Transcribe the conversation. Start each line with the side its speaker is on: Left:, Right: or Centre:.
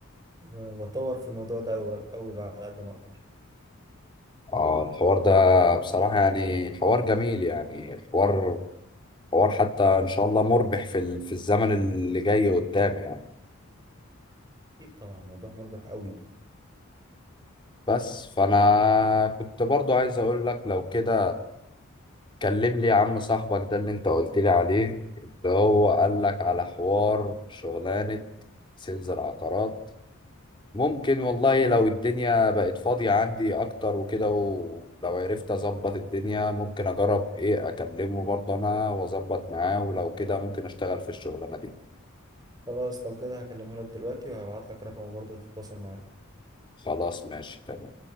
Right: و- وأطور في الموضوع ده أوي أوي بقى على قد ما أقدر
Left: اه الحوار ده بصراحة يعني حوار جميل يعني حوار حوار حتى ان شاء الله مربح في ال- في الزمن اللي جاي قدام يعني
Right: أكيد طبعا موضوع مربح أوي
Left: بس فانا كنت برضو عايز اقول لك لو كده كلم لي يا عم صاحبك ده اللي انت قلت لي عليه اللي هو قال لك على حوار شغلانة سيلز العقارات ممكن والله لو الدنيا بقت فاضية عندي أكتر وكده ولو عرفت أظبط الدنيا ممكن أجرب إيه أكلمه برضه أنا وأظبط معاه ولو كده ممكن أشتغل في الشغلانة دي
Right: خلاص لو كده هكلمه لك دلوقتي وهبعت لك رقمه برضه تتواصل معاه
Left: خلاص ماشي تمام